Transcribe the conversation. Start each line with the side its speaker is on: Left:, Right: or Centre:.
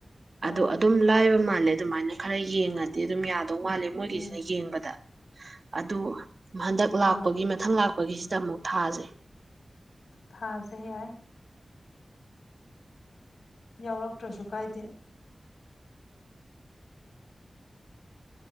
Right: ꯑꯗꯣ
Left: ꯑꯣ
Right: ꯑꯗꯨꯝ ꯂꯥꯏꯕ ꯃꯥꯜꯂꯦ ꯑꯗꯨꯃꯥꯏꯅ ꯈꯔ ꯌꯦꯡꯉꯗꯤ ꯑꯗꯨꯝ ꯌꯥꯗꯧ ꯃꯥꯜꯂꯦ ꯃꯣꯏꯒꯤꯁꯤꯅ
Left: ꯎꯝ
Right: ꯌꯦꯡꯕꯗ ꯑꯗꯨ ꯍꯟꯗꯛ ꯂꯥꯛꯄꯒꯤ
Left: ꯑꯥ
Right: ꯃꯊꯪ ꯂꯥꯛꯄꯒꯤꯁꯤꯗ ꯑꯃꯨꯛ ꯊꯥꯥꯁꯦ
Left: ꯊꯥꯁꯦ ꯌꯥꯏ ꯌꯥꯎꯔꯛꯇ꯭ꯔꯁꯨ ꯀꯥꯏꯗꯦ